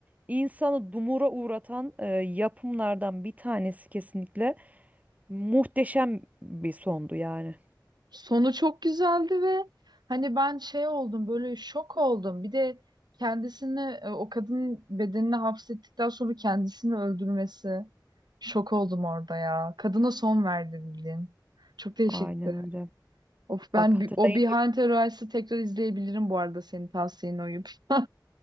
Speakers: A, on the right (about 20°); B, on the right (about 65°).
A: insanı dumura uğratan e, yapımlardan bir tanesi kesinlikle muhteşem bir sondu yani.
B: Sonu çok güzeldi ve hani ben şey oldum, böyle şok oldum. Bir de kendisini, e, o kadının bedenini hapsettikten sonra kendisini öldürmesi. Şok oldum orada ya. Kadına son verdi bildiğin. Çok değişikti.
A: Aynen öyle.
B: Of ben
A: Bak hatırlayın.
B: bi- o Behind the Rice'ı tekrar izleyebilirim bu arada senin tavsiyene uyup. <laughs>